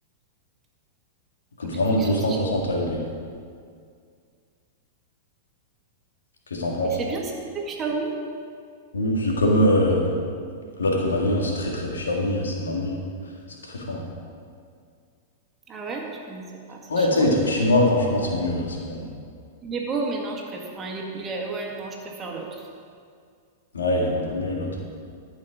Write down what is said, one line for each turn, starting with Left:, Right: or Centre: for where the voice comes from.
Left: Il coûte
Right: Après,
Left: vraiment
Right: il faut
Left: 260
Right: qu'il soit stylé.
Left: AED. Qu'est-ce que t'en penses?
Right: Et c'est bien, c'est que Xiaomi.
Left: Oui, c'est comme euh, l'autre qu'on avait, hein, c'est très très. Xiaomi, euh, c'est une dinguerie. Ils sont très forts.
Right: Ah ouais, je connaissais pas. C'est
Left: hein. Ouais,
Right: chinois.
Left: tu sais, les trucs chinois, franchement, c'est mieux, euh, c'est bon.
Right: Il est beau, mais non, je préfère. enfin, il est- il est- ouais, non, je préfère l'autre.
Left: Ouais, il est un peu mieux l'autre.